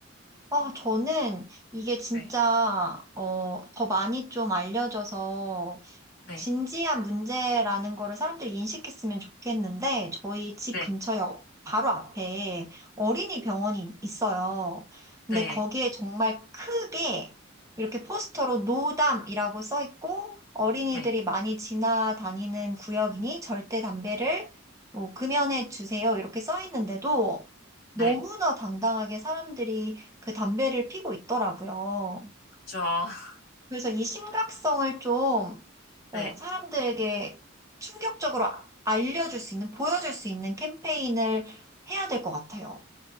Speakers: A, on the right (about 15°); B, on the left (about 50°).
A: 아, 저는 이게 진짜,
B: 네,
A: 어, 더 많이 좀 알려져서
B: 네,
A: 진지한 문제라는 거를 사람들이 인식했으면 좋겠는데, 저희 집
B: 네,
A: 근처에 어- 바로 앞에 어린이 병원이 있어요. 근데
B: 네,
A: 거기에 정말 크게 이렇게 포스터로 노담이라고 써 있고, 어린이들이
B: 네,
A: 많이 지나다니는 구역이니 절대 담배를 뭐 금연해 주세요. 이렇게 써 있는데도
B: 네,
A: 너무나 당당하게 사람들이 그 담배를 피고 있더라고요.
B: 그쵸. <laughs>
A: 그래서 이 심각성을 좀 어,
B: 네.
A: 사람들에게 충격적으로 아- 알려줄 수 있는, 보여줄 수 있는 캠페인을 해야 될 것 같아요.